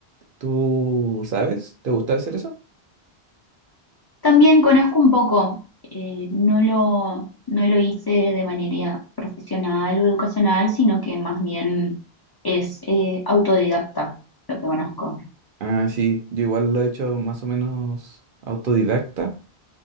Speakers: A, on the right (about 60°); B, on the left (about 35°).
A: ¿Tú sabes? ¿Te gusta hacer eso?
B: También conozco un poco, eh, no lo, no lo hice de manera profesional o educacional, sino que más bien es eh, autodidacta lo que conozco.
A: Ah, sí, yo igual lo he hecho más o menos autodidacta.